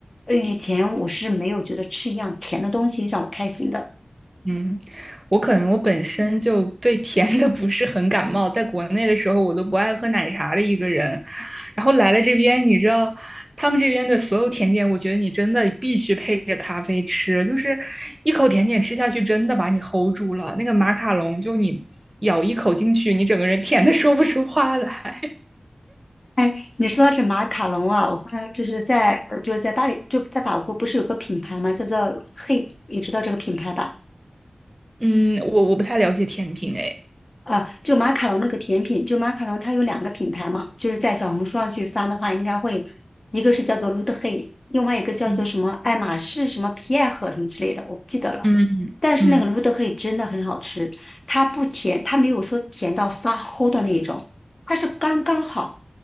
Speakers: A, on the left; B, on the right.
A: 呃，以前我是没有觉得吃一样甜的东西让我开心的。
B: 嗯，我可能我本身就对甜的不是很感冒，在国内的时候我都不爱喝奶茶的一个人，然后来了这边，你知道他们这边的所有甜点，我觉得你真的必须配着咖啡吃，就是一口甜点吃下去，真的把你 hold 住了。那个马卡龙，就你咬一口进去，你整个人甜的说不出话来。
A: 哎，你说到这马卡龙啊，我后来就是在呃就是在巴黎，就在法国，不是有个品牌吗？叫做 Hey，你知道这个品牌吧？
B: 嗯，我我不太了解甜品，哎，
A: 啊，就马卡龙那个甜品，就马卡龙它有两个品牌嘛，就是在小红书上去翻的话，应该会一个是叫做 l o t t Hey，另外一个叫做什么爱马仕什么皮埃赫什么之类的，
B: 嗯
A: 我不记得了。
B: 嗯嗯，
A: 但是那个芦德黑真的很好吃，它不甜，它没有说甜到发齁的那一种，它是刚刚好。